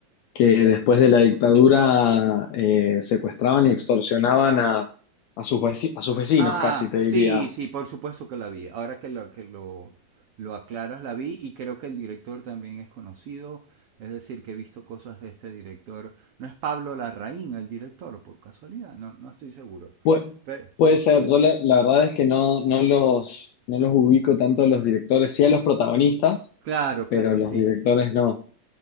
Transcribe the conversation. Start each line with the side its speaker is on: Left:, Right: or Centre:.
Left: que después de la dictadura eh, secuestraban y extorsionaban a, a sus veci- a sus vecinos,
Right: Ah,
Left: casi te diría.
Right: sí, sí, por supuesto que la vi. Ahora que lo, que lo, lo aclaras, la vi y creo que el director también es conocido. Es decir, que he visto cosas de este director. No es Pablo Larraín el director, por casualidad, no, no estoy seguro.
Left: Pu-
Right: Pe-
Left: puede ser,
Right: pe-
Left: yo la, la verdad es que no, no los, no los ubico tanto a los directores, sí a los protagonistas,
Right: claro,
Left: pero
Right: claro,
Left: los
Right: sí.
Left: directores no.